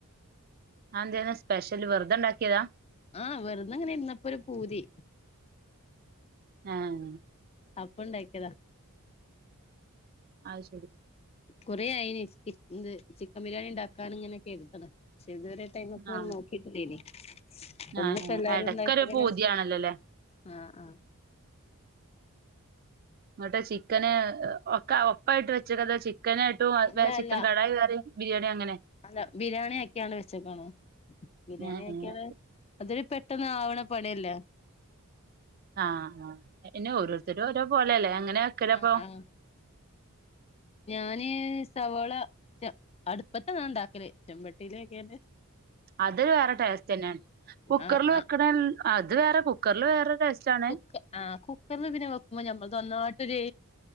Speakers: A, on the right (about 45°); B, on the left (about 25°).
A: ആ എന്തേ ത് സ്പെഷ്യൽ വെറുതെ ഉണ്ടാക്കിയതാ
B: ആഹ് വെറുതെ അങ്ങനെ ഇരുന്നപ്പൊ ഒരു പൂതി
A: ആഹ
B: അപ്പ ഉണ്ടാക്കിയതാ
A: അ ശരി
B: കുറെ ആയിന് ഇത് ചിക്കൻ ബിരിയാണി ഉണ്ടാക്കൻ ഇങ്ങനെ കെടുത്തണം പക്ഷെ ഇതുവരെ ടൈം ഒക്കെ ഇങ്ങനെ
A: ആഹ്
B: നോക്കിട്ടില്ലേനപ്പ ഒന്നിപ്പോ
A: ആഹ്
B: എല്ലാരും
A: എടക്കൊരു
B: ഉണ്ടായപ്പൊത്തന്നെ
A: പൂതിയാണല്ലോല്ലേ
B: ആഹ ആഹ
A: എന്നട്ട് ചിക്കന് ഒക്ക ഒപ്പായിട്ട് വെച്ചേക്ക അത ചിക്കനട്ട്
B: അല്ല
A: ചിക്കൻ
B: അല്ല
A: കടായി കറി ബിരിയാണി അങ്ങനെ
B: അല്ല ബിരിയാണി ആക്കിയാണ് വെച്ചക്കാണ് ബിരിയാണി
A: ഏഹ്
B: ആക്കിയത്
A: ഏഹ്
B: അതൊരു പെട്ടെന്ന് ആവണ പണിയല്ല
A: ആഹ് ആ പിന്നെ ഓരോരുത്തരും ഒരോ പോലെല്ലേ അങ്ങനെ വെക്കലപ്പൊ
B: ആഹ ആഹ ഞാന് സവോള റ്റ അട്പ്പത്തെന്നാ ണ്ടാക്കല് ചെമ്പട്ടിയില ഒക്കെണ്ട്.
A: അത് വേറെ ടേസ്റ്റെന്നെണ് കുക്കർല്
B: ആഹ്
A: വെക്ക്ണൻ
B: ആഹ്
A: അത് വേറെ കുക്കർല് വേറെ. ടേസ്റ്റ് ആണ്
B: കുക്ക ആ കുക്കർല് പിന്നെ വെക്കുമ്പ ഞമ്മൾതൊന്നായ്ട്ടൊരെ